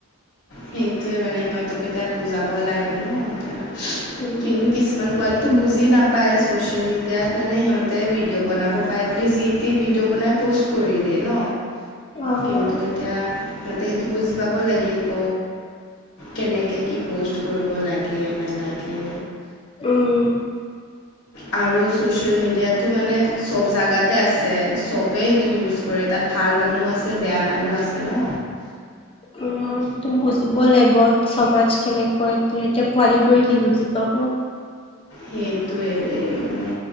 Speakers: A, on the left (about 55°); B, on the left (about 25°).
A: সেইটোৱে মানে সিহঁতক এতিয়া বুজাব লাগে ন এতিয়া
B: উম,
A: কিন্তু কিছুমান পোৱালি বুজি নাপায় ছচিয়েল মিডিয়াত মানে সিহঁতে ভিডিঅ' বনাব পাৰে বুলি যি টি ভিডিঅ' বনাই পোষ্ট কৰি দিয়ে ন,
B: অ'
A: কিন্তু এতিয়া সিহঁতে সেইটো বুজি পাব লাগিব। কেনেকে কি পো'ষ্ট কৰিব লাগে নালাগে।
B: উম।
A: আৰু চোচি ছ'চিয়েল মিডিয়াটো মানে চব জাগাতে আছে চবে সেইটো ইউজ কৰে তাতে ভাল মানুহ আছে বেয়া আছে ন।
B: উম। সেইটো বুজিব লাগিব সমাজ কেনেকৈ এতিয়া পোৱালী বোৰে কি বুজি পাব।
A: সেইটোৱে দেই মানে